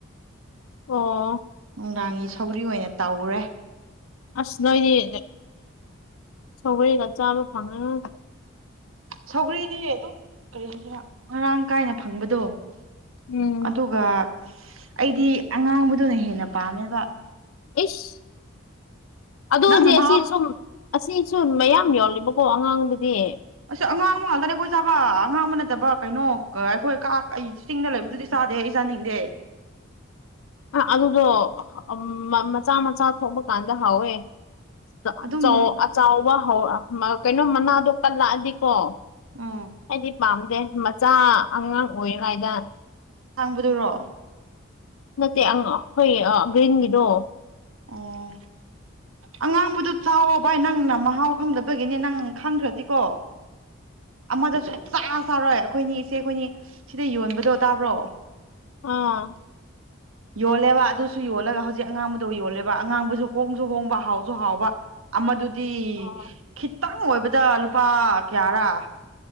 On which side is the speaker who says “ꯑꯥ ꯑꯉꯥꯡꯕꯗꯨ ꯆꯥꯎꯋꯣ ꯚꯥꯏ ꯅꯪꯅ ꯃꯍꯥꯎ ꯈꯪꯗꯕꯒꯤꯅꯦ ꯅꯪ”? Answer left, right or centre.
Right